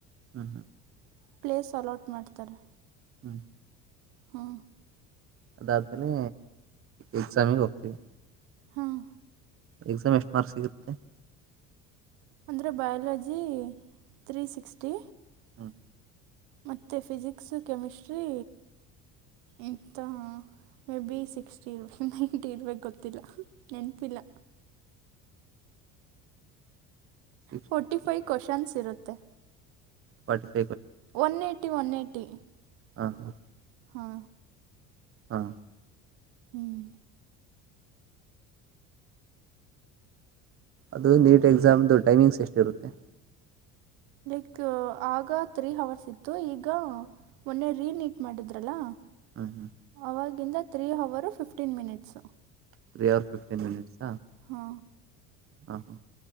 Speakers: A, on the right (about 40°); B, on the right (about 85°).
A: ಹ್ಮ ಹ್ಮ.
B: ಪ್ಲೇಸ್ ಅಲಾಟ್ ಮಾಡ್ತಾರೆ.
A: ಹ್ಮ್.
B: ಹಾ.
A: ಅದಾದ್ಮಲೆ ಎಕ್ಸಾಮಿಗೆ ಹೋಗ್ತೀವಿ.
B: ಹಾಂ
A: ಎಕ್ಸಾಮ್ ಎಷ್ಟು ಮಾರ್ಕ್ ಸಿಗರುತ್ತೆ.
B: ಅಂದರೆೆ ಬಯಾಲಜಿ ತ್ರೀ ಸಿಕ್ಸ್ಟಿ.
A: ಹ್ಮ್.
B: ಮತ್ತೆ ಫಿಸಿಕ್ಸ್ ಕೆಮಿಸ್ಟ್ರಿ ಇಂಥ. ಮೇ ಬಿ ಸಿಕ್ಸ್ಟಿ ಇರ್ಬೇಕ ನೈಂಟಿ ಇರ್ಬೇಕ ಗೊತ್ತಿಲ್ಲ ನೆನಪಿಲ್ಲ.
A: ಸಿಕ್ಸ್ಟಿ
B: ಫೋರ್ಟಿ ಫೈ ಕ್ವಶನ್ಸ್ ಇರುತ್ತೆ.
A: ಪಟ್ಟ.
B: One ಎಯಿ one ಎಯಿ.
A: ಹಾ ಹಾ.
B: ಹಾ.
A: ಹಾ.
B: ಹ್ಮ್.
A: ಅದು ನೀಟ್ ಎಕ್ಸಾಮ್ದು ಟೈಮಿಂಗ್ಸ್ ಎಷ್ಟಿರುತ್ತೆ.
B: ಲೈಕ್ ಆಗ ತ್ರೀ ಅವರ್ಸ್ ಇತ್ತು ಈಗ ಮೊನ್ನೆ ರೀನೀಟ್ ಮಾಡಿದ್ರಲ್ಲ.
A: ಹ್ಞೂ ಹ್ಞೂ
B: ಅವವಾಗಿಂದ ತ್ರೀ ಅವವರು ಫಿಫ್ಟೀನ್ ಮಿನಿಟ್ಸ್.
A: ತ್ರೀ ಆ ಅವರ್ ಫ್ಟೀ ಮಿನಿಟ್ಸ್.
B: ಹಾ.
A: ಹಾ ಹಾ.